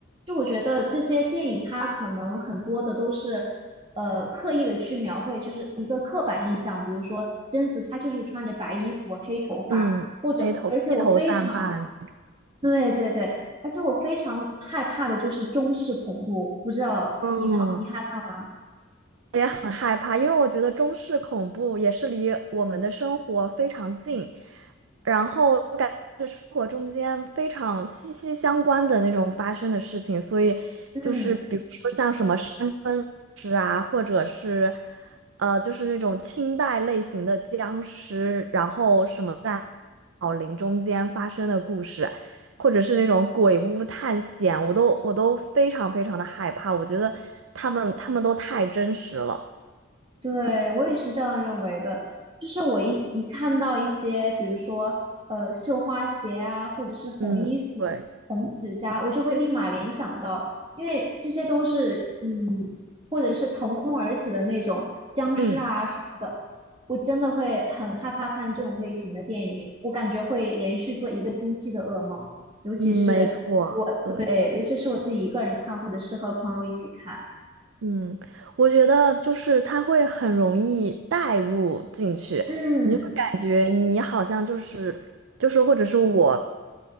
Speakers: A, on the right; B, on the right.
A: 就我觉得这些电影，它可能很多的都是，呃，刻意的去描绘，就是一个刻板印象。比如说贞子，她就是穿着白衣服、黑头发，
B: 嗯，
A: 或者，
B: 黑头披头散发的，
A: 而且我非常，对对对，而且我非常害怕的就是中式恐怖，不知道你讨你害怕吗？
B: 嗯。我也很害怕，因为我觉得中式恐怖也是离我们的生活非常近，然后感觉是生活中间非常息息相关的那种发生的事情，所以就是比如说像什么山村尸啊，
A: 嗯。
B: 或者是呃，就是那种清代类型的僵尸，然后什么在老林中间发生的故事，或者是那种鬼屋探险，我都我都非常非常的害怕。我觉得他们他们都太真实了。
A: 对，我也是这样认为的。就是我一一看到一些，比如说呃绣花鞋啊，或者是红衣服、
B: 嗯，对，
A: 红指甲，我就会立马联想到，因为这些都是嗯，或者是腾空而起的那种僵尸啊什么的，
B: 嗯
A: 我真的会很害怕看这种类型的电影，我感觉会连续做一个星期的噩梦，尤其是
B: 嗯，没错，对，
A: 对，尤其是我自己一个人看，或者是和朋友一起看，
B: 嗯，我觉得就是他会很容易带入进去。
A: 嗯。
B: 感觉你好像就是就是或者是我，